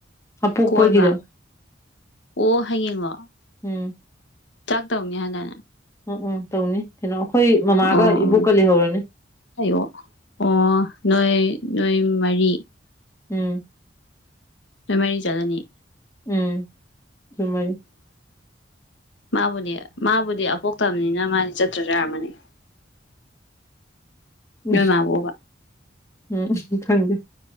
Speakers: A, on the left; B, on the left.
A: ꯑꯄꯣꯛꯄꯒꯤꯗꯣ
B: ꯀꯣꯏꯕ ꯑꯣ ꯍꯡꯉꯣ
A: ꯎꯝ
B: ꯆꯥꯛ ꯇꯣꯡ ꯍꯥꯏꯅ
A: ꯎꯝ ꯎꯝ ꯇꯧꯅꯤ ꯀꯩꯅꯣ ꯑꯩꯈꯣꯏ
B: ꯑꯣ
A: ꯃꯃꯥꯒ ꯏꯕꯣꯛꯀ
B: ꯑꯣ
A: ꯂꯩꯍꯧꯔꯅꯤ
B: ꯑꯣ ꯑꯣ ꯅꯣꯏ ꯅꯣꯏ ꯃꯔꯤ
A: ꯎꯝ
B: ꯃꯃꯔꯤ ꯆꯗꯅꯤ
A: ꯎꯝ ꯁꯃꯥꯏ
B: ꯃꯥꯕꯨꯗꯤ ꯃꯥꯕꯨꯗꯤ ꯑꯄꯣꯛꯇꯕꯅꯤꯅ ꯃꯥꯗꯤ ꯆꯠꯇ꯭ꯔꯁꯨ ꯌꯥꯔꯝꯃꯅꯤ
A: <unintelligible> ꯎꯝ
B: ꯅꯣꯏ ꯃꯥꯕꯣꯕ
A: ꯎꯝ ꯎꯝ ꯊꯪꯗꯦ